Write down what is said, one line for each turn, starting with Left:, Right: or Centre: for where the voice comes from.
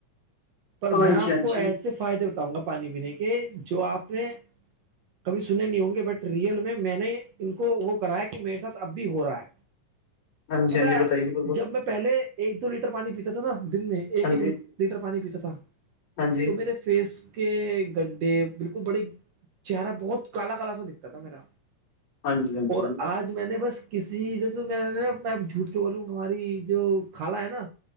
Right: پر
Left: ہاں
Right: میں آپ
Left: جی ہوں
Right: کو ایسے سے فائدے بٹاؤں گا پانی پینے کے جو آپ نے کبھی سنے نہیں ہوں گے بٹ ریئل میں میں نے ان کو وہ کرایا کہ میرے ساتھ اب بھی ہو رہا ہے
Left: ہاں جی
Right: پتا
Left: بالکل ہاں جی ہاں جی ہاں جی ہاں جی
Right: ہے
Left: بتائیے بالکل
Right: جب میں پہلے ایک دو لیٹر پانی پیتا تھا نا دن میں ایک
Left: ہاں
Right: ایک
Left: جی
Right: لیٹر پانی پیتا تھا
Left: ہاں جی
Right: تو میرے فس کے گڈے بالکل بڑے چہرہ بہت کالا کالا سا دکھتا تھا میرا
Left: ہاں جی
Right: اور آج میں نے بس کسی جیسے میں نا میں جھوٹ کے بولوں گا ہماری جو خالہ ہے نا